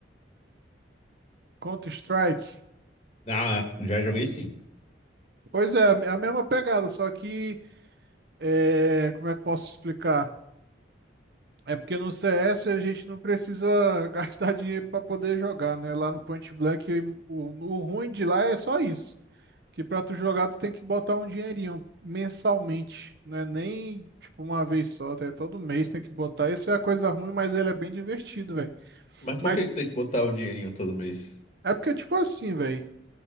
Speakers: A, on the right; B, on the left.
A: Counter-Strike?
B: Ah, já joguei sim.
A: Pois é, é a mesma pegada, só que é, como é que eu posso explicar? É porque no CS a gente não precisa <laughs> gastar dinheiro para poder jogar, né? Lá no Point Blank, o, o ruim de lá é só isso, que para tu jogar tu tem que botar um dinheirinho mensalmente, não é nem tipo uma vez só, tá? é todo mês tem que botar. Isso é a coisa ruim, mas ele é bem divertido, velho.
B: Mas
A: Mas
B: por que que tem que botar o dinheirinho todo mês?
A: é porque tipo assim, velho,